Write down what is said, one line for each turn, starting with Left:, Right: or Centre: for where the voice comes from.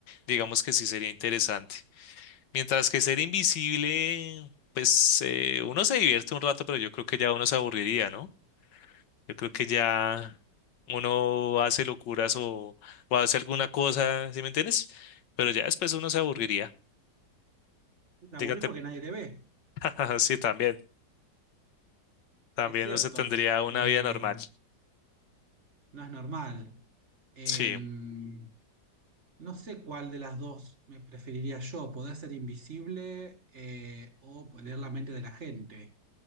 Left: digamos que sí sería interesante. Mientras que ser invisible, pues eh, uno se divierte un rato, pero yo creo que ya uno se aburriría, ¿no? Yo creo que ya uno hace locuras o, o hace alguna cosa, ¿sí me entiendes? Pero ya después uno se aburriría.
Right: Te aburrís
Left: Dígate,
Right: porque nadie te ve,
Left: <laughs> sí, también, también
Right: es cierto.
Left: no se tendría una
Right: Eh,
Left: vida normal.
Right: no es normal. Eh,
Left: Sí,
Right: no sé cuál de las dos me preferiría yo, poder ser invisible eh, o leer la mente de la gente.